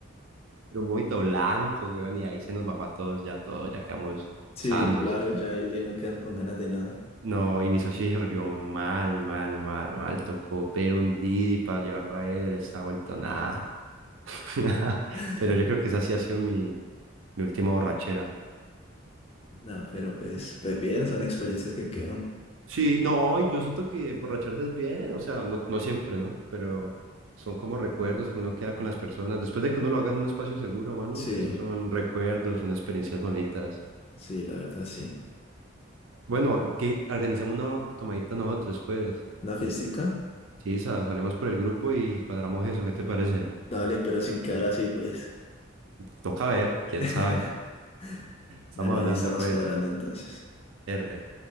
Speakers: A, on the right; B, on the left.
A: pero un vómito blanco, weón, y ahí se nos bajó a todos ya todo, ya quedamos
B: sí,
A: sanos.
B: claro, ya ahí ya no quedan con ganas de nada.
A: No, y mi socio se volvió mal, mal, mal, mal. Tocó pero un Didi para llevarlo a él, él está vuelto nada. <laughs>
B: <laughs>
A: Pero yo creo que esa sí ha sido mi, mi última borrachera.
B: No, pero
A: Eh, eh,
B: pues, pues bien, son experiencias que quedan.
A: Sí, no, y yo siento que borracharse es bien, o sea, no, no siempre, ¿no? Pero son como recuerdos que uno queda con las personas. Después de que uno lo haga en un espacio seguro, mano,
B: Sí,
A: esos son recuerdos, son experiencias bonitas.
B: sí, la verdad, sí.
A: Bueno, y que organicemos una tomadita nosotros, pues.
B: ¿Una fiestica?
A: Sí, sa- salimos por el grupo y cuadramos eso, ¿qué te parece?
B: Dale, pero sin quedar así, pues.
A: Toca ver, quién
B: <laughs>
A: sabe. Estamos
B: Dale,
A: hablando,
B: ahí estamos
A: pues,
B: cuadrando entonces.
A: R.